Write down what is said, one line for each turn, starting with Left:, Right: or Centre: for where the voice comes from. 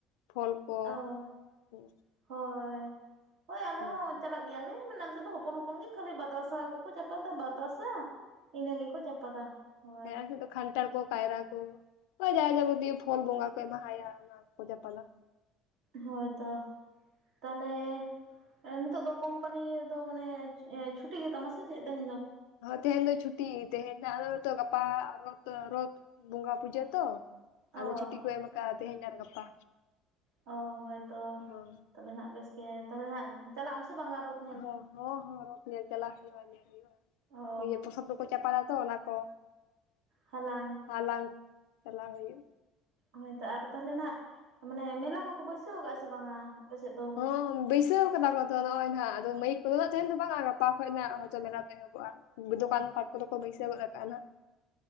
Left: ᱯᱷᱚᱞ ᱠᱚ
Right: ᱚ
Left: ᱦᱮᱸ
Right: ᱦᱳᱭ ᱦᱳᱭ ᱟᱞᱮ
Left: ᱦᱮᱸ
Right: ᱦᱚᱸ ᱪᱟᱞᱟᱜ ᱜᱮᱭᱟᱞᱮ ᱢᱟᱱᱮ ᱟᱞᱮ ᱥᱮᱫ ᱫᱚ ᱦᱚᱯᱚᱱ ᱦᱚᱯᱚᱱ ᱜᱮ ᱠᱷᱟᱹᱞᱤ ᱵᱟᱛᱟᱥᱟ ᱠᱚᱠᱚ ᱪᱟᱯᱟᱫᱟ ᱵᱟᱛᱟᱥᱟ ᱤᱱᱟᱹ ᱜᱮᱠᱚ ᱪᱟᱯᱟᱫᱟ ᱦᱳᱭ
Left: ᱦᱮᱸ ᱟᱞᱮ ᱥᱮᱫ ᱫᱚ ᱠᱷᱟᱱᱴᱟᱲ ᱠᱚ ᱠᱟᱭᱨᱟ ᱚ ᱡᱟ ᱡᱟᱵᱚᱛᱤᱭᱚ ᱯᱷᱚᱞ ᱵᱚᱸᱜᱟ ᱠᱚ ᱮᱢᱟᱦᱟᱭᱟ ᱚᱱᱟ ᱜᱮᱠᱚ ᱪᱟᱯᱟᱫᱟ
Right: ᱦᱳᱭ ᱛᱚ ᱛᱟᱦᱞᱮ ᱱᱤᱛᱚᱜ ᱫᱚ ᱠᱳᱢᱯᱟᱱᱤ ᱨᱮᱫᱚ ᱢᱟᱱᱮ ᱪᱷᱩᱴᱤ ᱜᱮᱛᱟᱢᱟ ᱥᱮ ᱪᱮᱫ ᱛᱮᱦᱮᱧ ᱫᱚ
Left: ᱦᱚᱸ ᱛᱮᱦᱮᱧ ᱫᱚ ᱪᱷᱩᱴᱤ ᱛᱮᱦᱮ ᱟ ᱜᱟᱯᱟ ᱨᱚᱛ ᱨᱚᱛ ᱵᱚᱸᱜᱟ ᱯᱩᱡᱟᱹ ᱛᱚ
Right: ᱚ
Left: ᱟᱫᱚ ᱪᱷᱩᱴᱤ ᱠᱚ ᱮᱢ ᱠᱟᱜ -ᱟ ᱛᱮᱦᱮᱧ ᱟᱨ ᱜᱟᱯᱟ
Right: ᱚ ᱦᱳᱭ ᱛᱚ
Left: ᱦᱚᱸ
Right: ᱛᱟᱞᱮ ᱱᱟᱜ ᱵᱮᱥ ᱜᱮ ᱛᱟᱞᱮ ᱦᱟᱜ ᱪᱟᱞᱟᱜ ᱟᱢ ᱥᱮ ᱵᱟᱝ ᱼᱟ ᱨ
Left: ᱦᱚᱸ ᱦᱚᱸ ᱦᱚᱸ ᱨᱚᱛ ᱧᱮᱞ ᱪᱟᱞᱟᱜ ᱦᱩᱭᱩᱜ-ᱟ, ᱧᱮᱞ ᱦᱩᱭᱩᱜ-ᱟ᱾
Right: ᱚ
Left: ᱤᱭᱟᱹ ᱯᱷᱚᱥᱚᱯ ᱠᱚᱠᱚ ᱪᱟᱯᱟᱫᱟ ᱛᱚ ᱚᱱᱟ ᱠᱚ᱾
Right: ᱦᱟᱞᱟᱝ᱾
Left: ᱦᱟᱞᱟᱝ ᱪᱟᱞᱟᱣ ᱦᱩᱭᱩᱜ᱾
Right: ᱦᱳᱭᱛᱚ ᱟᱨ ᱛᱟᱦᱞᱮ ᱱᱟᱜ ᱢᱟᱱᱮ ᱢᱮᱞᱟ ᱠᱚᱠᱚ ᱵᱟᱹᱭᱥᱟᱹᱣ ᱠᱟᱜᱼᱟ ᱥᱮ ᱵᱟᱝ-ᱟ ᱟᱯᱮ ᱥᱮᱫ ᱫᱚ᱾
Left: ᱦᱚᱸ ᱵᱟᱹᱭᱥᱟᱹᱣ ᱠᱟᱫᱟ ᱠᱚ ᱛᱚ ᱱᱚᱜᱼᱚᱭ ᱱᱟᱦᱟᱜ ᱟᱫᱚ ᱢᱟᱹᱭᱤᱠ ᱠᱚᱫᱚᱟᱜ ᱛᱟᱦᱮᱧ ᱫᱚ ᱵᱟᱝᱼᱟ ᱜᱟᱯᱟ ᱠᱷᱚᱡ ᱱᱟᱜ ᱦᱳᱭᱛᱚ ᱢᱮᱱᱟᱜ ᱢᱮ᱾ <unintelligible> ᱚᱜᱼᱟ ᱜᱚᱡᱚᱯᱟᱱ ᱛᱟᱠᱚ ᱫᱚᱠᱚ ᱵᱟᱹᱭᱥᱟᱹᱶ ᱜᱟᱜ ᱛᱟᱦᱮᱱᱟ᱾